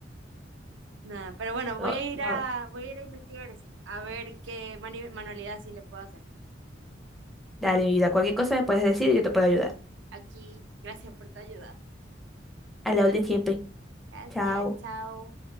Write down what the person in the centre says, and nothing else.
No,
no.
Dale, mi vida, cualquier cosa me puedes decir y yo te puedo ayudar.
A la orden siempre.
Chao.